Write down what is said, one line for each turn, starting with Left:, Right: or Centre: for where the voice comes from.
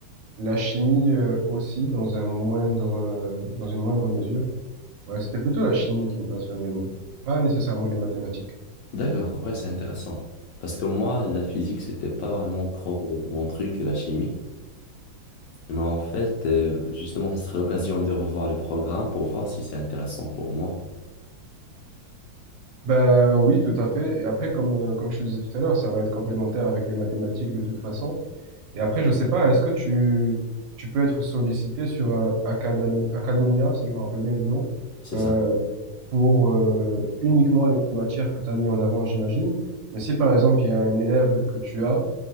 Right: La chimie euh, aussi, dans un moindre, euh, dans une moindre mesure. Ouais, c'était plutôt la chimie qui me passionnait, moi. Pas nécessairement les mathématiques.
Left: D'accord, ouais, c'est intéressant. Parce que moi, la physique, c'était pas vraiment trop mon truc, la chimie. Mais en fait, euh, justement, ça serait l'occasion de revoir le programme pour voir si c'est intéressant pour moi.
Right: Ben oui, tout à fait. Et après, comme, euh, comme je te disais tout à l'heure, ça va être complémentaire avec les mathématiques de toute façon. Et après, je sais pas, est-ce que tu, tu peux être sollicité sur euh, Acadami- Academia, si je me rappelle bien du nom,
Left: C'est
Right: euh,
Left: ça.
Right: pour euh, uniquement les matières que tu as mis en avant, j'imagine. Mais si par exemple, il y a un élève que tu as,